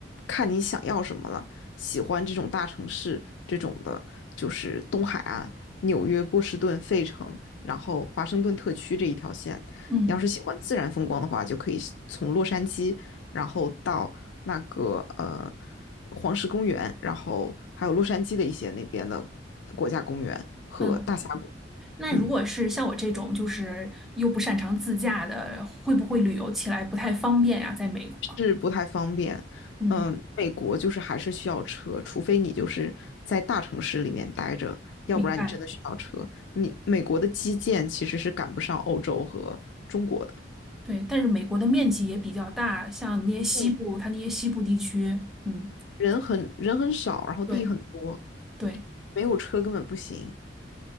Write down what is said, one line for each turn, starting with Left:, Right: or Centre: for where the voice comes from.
Left: 看你想要什么了。喜欢这种大城市这种的，就是东海岸、纽约、波士顿、费城，然后华盛顿特区这一条线。
Centre: 嗯。
Left: 你要是喜欢自然风光的话，就可以从洛杉矶，然后到那个呃黄石公园，然后还有洛杉矶的一些那边的国家公园和大峡谷。
Centre: 嗯，那如果是像我这种就是又不擅长自驾的，
Left: 嗯。
Centre: 会不会旅游起来不太方便呀？在美国，
Left: 是不太方便。
Centre: 嗯，
Left: 嗯，美国就是还是需要车，除非你就是在大城市里面待着，要不然你真的需要车。
Centre: 明白。
Left: 你美国的基建其实是赶不上欧洲和中国的，
Centre: 对，但是美国的面积也比较大，像那些西部，
Left: 嗯，
Centre: 它那些西部地区，嗯，
Left: 人很人很少，然后地很多，
Centre: 对对，
Left: 没有车根本不行。